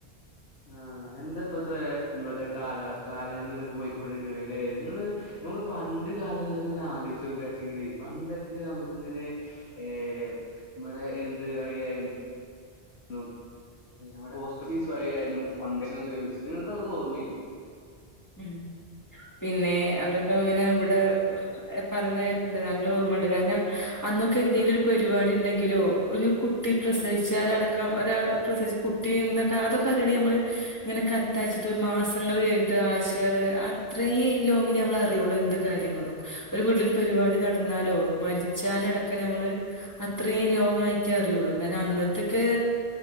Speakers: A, on the left; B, on the left.
A: ആഹ് എന്താ പത് നമ്മടെ കാല കാലങ്ങള് ഇങ്ങനെ പോയിക്കൊണ്ടിരിക്കാണ് ലെ നിങ്ങള് നമക്ക് പണ്ട് കാലങ്ങള് ങ്ങനെ ആലോ ആലോയ്ചോക്കച്ചെങ്കിലേ പണ്ടൊക്കെ നമ്മക്ക് ഇങ്ങനെ ഏഹ് നമ്മടെ എന്ത് വയ്യായ്ര് ലോ നമ്മടെ പോസ്റ്റ് ഓഫീസ് വഴി ആയിരുന്നു നമ്മക്ക് <unintelligible> നിങ്ങക്ക് അതൊന്നും ഓർമ്മയില്ലേ?
B: ഉം പിന്നെ അതൊ ലോ അങ്ങനെ ഇവടെ പറിണത് കേട്ടിട്ടുണ്ട് നല്ല ഓർമ്മണ്ട് കാരണം അന്നൊക്കെ എന്തെലും ഒരു പരിപാ ണ്ടെങ്കിലോ ഒരുകുട്ടി പ്രസവിച്ചാലടക്കം ഒരാള് പ്രസവിച്ച കുട്ടി അതൊക്കെ അറിണ ഒര് ഇങ്ങനെ കത്തയച്ച്ട്ട് ഒരു മാസങ്ങള് കഴ് ആഴ്ചകള് അത്രേം ലോങ്ങില് നമ്മള് അറിയോള്ളൂ എന്ത് കാര്യങ്ങളും ഒരു വീട്ടിൽ പരിപാടി നട ന്നാലോ മരിച്ചാലടക്കം നമ്മള് അത്രയും ലോങ് ആയിട്ടേ അറിയുള്ളൂ കാരണം അന്നത്തക്കെ